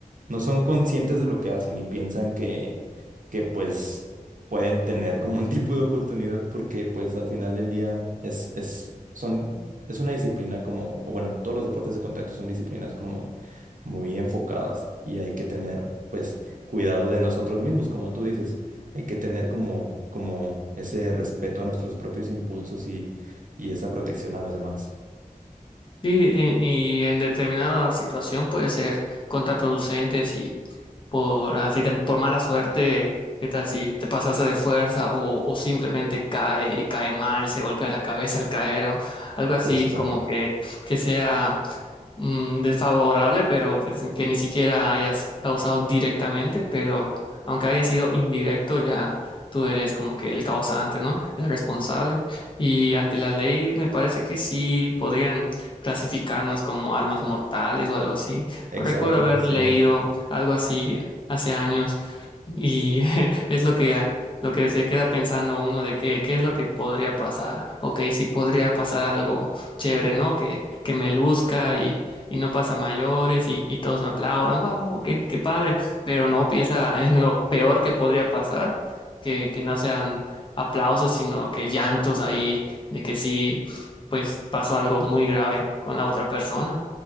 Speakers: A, on the right; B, on the left.
A: no son conscientes de lo que hacen y piensan que, que pues pueden tener como un tipo de oportunidad porque pues al final del día es, es, son, es una disciplina como, o bueno, todos los deportes de contacto son disciplinas como muy enfocadas y hay que tener pues cuidado de nosotros mismos, como tú dices, hay que tener como, como ese respeto a nuestros propios impulsos y, y esa protección a los demás.
B: Sí, en- y en determinada situación puede ser contraproducente si por así te- por mala suerte, qué tal si te pasaste de fuerza o, o simplemente cae y cae mal, se golpea la cabeza al caer o algo así
A: Justo,
B: como que, que sea mm, desfavorable, pero pues que ni siquiera hayas causado directamente, pero aunque haya sido indirecto, ya tú eres como que el causante, ¿no? El responsable. Y ante la ley me parece que sí podrían clasificarnos como armas mortales o algo así.
A: exacto,
B: No Recuerdo haber
A: sí.
B: leído algo así hace años y <laughs> es lo que, lo que se queda pensando uno de que, qué es lo que podría pasar. Ok, si podría pasar algo chévere, ¿no? Que, que me luzca y, y no pasa mayores y, y todos me aplaudan. ¡Wow! ¡Qué, qué padre! Pero no piensa <laughs> en lo peor que podría pasar, que, que no sean aplausos, sino que llantos ahí, de que sí pues pasó algo muy grave con la otra persona.